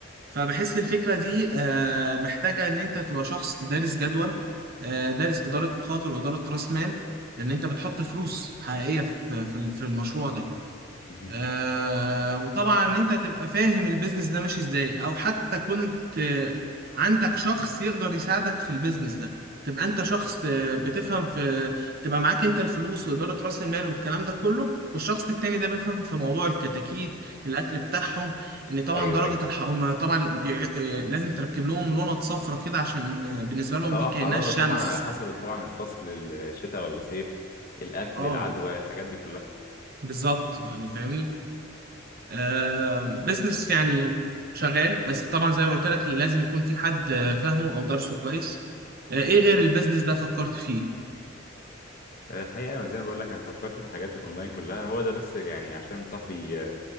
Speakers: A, on the right; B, on the left.
A: فبحس الفكرة دي آه، محتاجة إن أنت تبقى شخص دارس جدول آه، دارس إدارة مخاطر وإدارة رأس مال لأن أنت بتحط فلوس حقيقية في في في المشروع ده
B: مهم.
A: آه وطبعا ان انت تبقى فاهم البيزنس ده ماشي ازاي او حتى كنت آه، عندك شخص يقدر يساعدك في البيزنس ده تبقى انت شخص آه، بتفهم في تبقى معاك انت الفلوس واداره راس المال والكلام ده كله والشخص التاني ده بيفهم في موضوع الكتاكيت الاكل بتاعهم ان طبعا
B: أيوه
A: درجه
B: أيوه
A: الحراره طبعا بيع- آه، لازم تركب لهم لونة صفرة كده عشان آه، بالنسبه لهم
B: اه
A: دي كانها
B: حرارة
A: الشمس
B: طبعا على حسب طبعا الفصل الشتاء ولا الصيف الاكل
A: اه
B: العدوى الحاجات دي كلها
A: بالظبط يعني فاهمني آه، بزنس يعني شغال بس طبعا زي ما قلت لك لازم يكون في حد آه، فاهمه او درسه كويس آه، ايه غير البيزنس ده فكرت فيه
B: الحقيقة زي ما بقول لك انا فكرت في الحاجات الاونلاين كلها هو ده بس يعني عشان صاحبي آه،